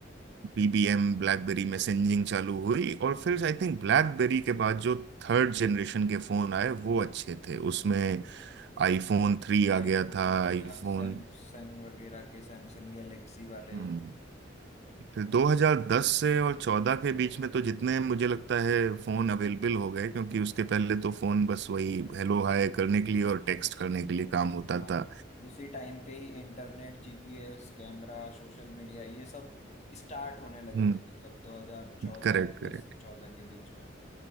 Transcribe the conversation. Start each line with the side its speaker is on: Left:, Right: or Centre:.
Right: बीबीएम ब्लैकबेरी मैसेजिंग चालू हुई और फिर आई थिंक ब्लैकबेरी के बाद जो थर्ड जनरेशन के फोन आए वो अच्छे थे उसमें आईफोन थ्री
Left: आईफोन
Right: आ गया था
Left: हो गया
Right: आईफोन
Left: सैमसंग वगैरह के सैमसंग गैलेक्सी वाले
Right: हम्म, फिर 2010 से और 14 के बीच में तो जितने मुझे लगता है फोन अवेलेबल हो गए क्योंकि उसके पहले तो फोन बस वही हेलो हाय करने के लिए और टेक्स्ट करने के लिए काम होता
Left: हाँ
Right: था
Left: उसी टाइम पे ही internet GPS camera social media ये सब स्टार्ट होने लगे
Right: हम्म
Left: थे मतलब 2014
Right: Correct correct
Left: 10 14 के बीच में